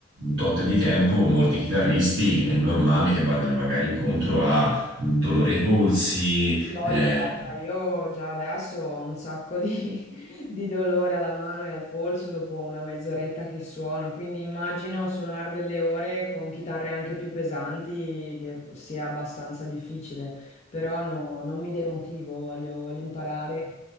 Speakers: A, on the right (about 55°); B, on the left (about 35°).
A: tot di tempo molti chitarristi è normale che vadano magari incontro a dolore ai polsi,
B: Hai Voglia,
A: eh,
B: guarda, io già adesso ho un sacco di, <laughs> di dolore alla mano e al polso dopo una mezz'oretta che suono, quindi immagino suonare delle ore con chitarre anche più pesanti che sia abbastanza difficile, però no, non mi demotivo, voglio, voglio imparare.